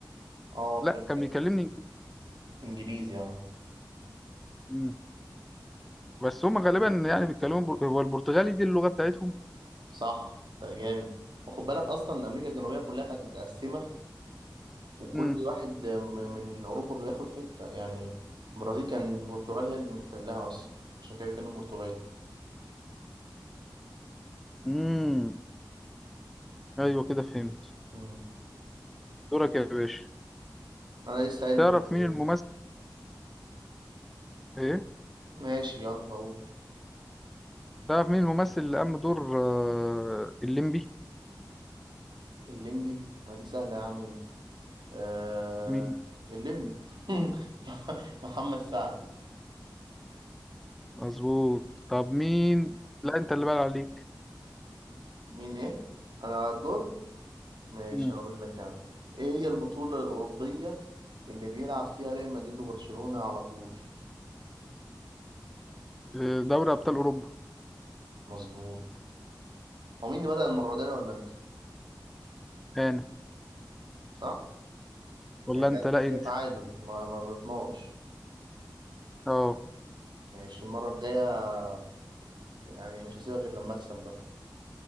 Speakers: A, on the right (about 75°); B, in the centre.
A: اه
B: لا
A: فهمت
B: كان بيكلمني
A: انجليزي اه
B: مم. بس هم غالبا يعني بيتكلموا بر... هو البرتغالي دي اللغة بتاعتهم
A: صح ده جامد وخد بالك اصلا ان امريكا الجنوبية كلها كانت متقسمة وكل
B: امم
A: واحد م- من اوروبا بياخد حتة يعني البرازيل كان البرتغال هي اللي محتلها اصلا عشان كده بيتكلم برتغالي
B: امم ايوه كده فهمت
A: مم.
B: دورك يا باشا
A: انا لسه قايل
B: تعرف
A: برتغالي
B: مين الممثل ايه
A: ماشي يلا قوم
B: تعرف مين الممثل اللي قام بدور آه... الليمبي
A: الليمبي ما دي سهلة يا عم دي آه...
B: مين
A: الليمبي <laughs> محمد سعد
B: مظبوط طب مين لا انت اللي بقى عليك
A: مين ايه؟ انا على الدور ماشي
B: امم
A: هقول لك يعني ايه هي البطولة الأوروبية اللي بيلعب فيها ريال مدريد وبرشلونة على طول
B: آه، دوري ابطال اوروبا
A: مظبوط هو مين اللي بدأ المرة دي انا ولا انت
B: انا
A: صح
B: ولا
A: يعني
B: انت
A: جت-
B: لا
A: جه
B: انت
A: تعادل ما ما غلطناش
B: اه
A: ماشي المرة الجاية يعني مش هسيبك إلا لما أكسب بقى